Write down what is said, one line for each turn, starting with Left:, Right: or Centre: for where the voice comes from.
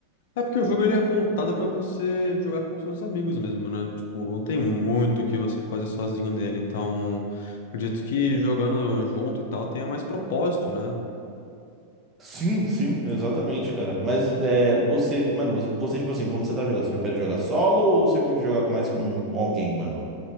Left: É porque o jogo ele é voltado pra você jogar com seus amigos mesmo, né? Tipo, não tem muito o que você fazer sozinho nele. Então, acredito que jogando junto e tal tenha mais propósito, né?
Right: Sim, sim, exatamente, cara. Mas é, você, mano, você, tipo assim, quando você tá jogando, você prefere jogar solo ou você curte jogar mais com, com alguém, mano?